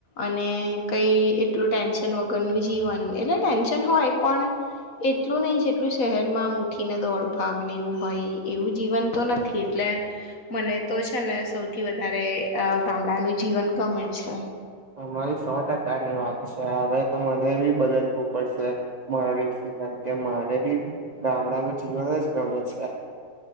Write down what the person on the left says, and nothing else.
અને કઈ એટલું ટેન્શન વગરનું જીવન એટલે ટેન્શન હોય પણ એટલું નહી જેટલું શહેરમાં આમ ઉઠીને દોડ ભાગને એવું હોય એવું જીવન તો નથી એટલે મને તો છે ને સૌથી વધારે અ ગામડાનું જીવન ગમે છે